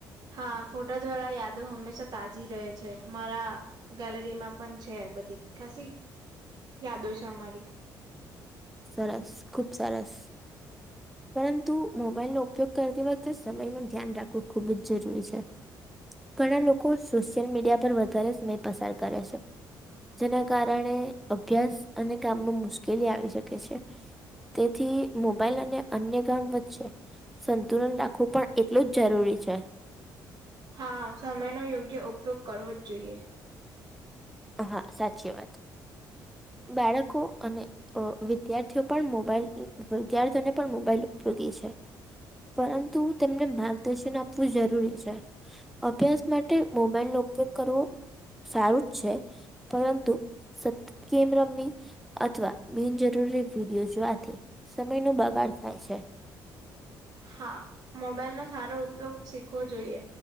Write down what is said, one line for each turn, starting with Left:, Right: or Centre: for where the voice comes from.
Right: હા, ફોટા દ્વારા યાદો હંમેશા તાજી રહે છે મારા ગેલેરીમાં પણ છે બધી ખાસી યાદો છે અમારી.
Centre: સરસ, ખૂબ સરસ. પરંતુ મોબાઈલનો ઉપયોગ કરતી વખતે સમયનું ધ્યાન રાખવું ખૂબ જ જરૂરી છે. ઘણા લોકો સોશિયલ મીડિયા પર વધારે સમય પસાર કરે છે. જેના કારણે અભ્યાસ અને કામમાં મુશ્કેલી આવી શકે છે. તેથી મોબાઈલ અને અન્ય કામ વચ્ચે સંતુલન રાખવું પણ એટલું જ જરૂરી છે.
Right: હા સમયનો યોગ્ય ઉપયોગ કરવો જ જોઈએ.
Centre: હા, સાચી વાત. બાળકો અને અ વિદ્યાર્થીઓ પણ મોબાઈલ વિદ્યાર્થીઓને પણ મોબાઈલ ઉપયોગી છે. પરંતુ તેમને માર્ગદર્શન આપવું જરૂરી છે. અભ્યાસ માટે મોબાઈલનો ઉપયોગ કરવો સારું જ છે પરંતુ સત ગેમ રમવી અથવા બિનજરૂરી વિડીયો જોવાથી સમયનો બગાડ થાય છે.
Right: હા મોબાઈલનો સારો ઉપયોગ શીખવો જોઈએ